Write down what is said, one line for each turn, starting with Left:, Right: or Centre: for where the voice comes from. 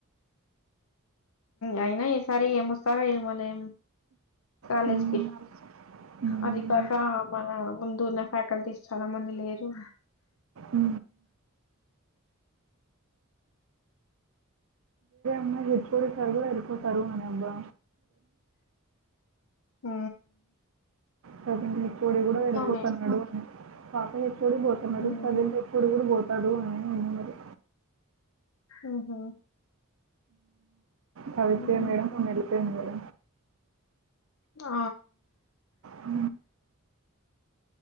Left: అయినా ఏ సారి ఏం వస్తారు ఏమోలే కాలేజ్కి
Right: హ్మ్. హ్మ్.
Left: అది కాక మన ముందు ఉన్న ఫ్యాకల్టీస్ చాలా మంది లేరు
Right: ఉ న్న హెట్ సారు కూడా ఇ తరువా అని అబ్బా
Left: హ
Right: ప్రజెంట్ ఎప్పుడ కూడా వెలిపోతన్నాడు
Left: మేము
Right: అని పాప ఎప్పుడు పోతున్నాడు
Left: ఉమ్.
Right: ప్రజెంట్ ఎప్పుడు కూడా పోతు పడువునే అన్నరి
Left: ఓహో
Right: కవితే
Left: ఉమ్.
Right: మేడం మొన్న ఎలిపేంది కద
Left: ఆ
Right: అ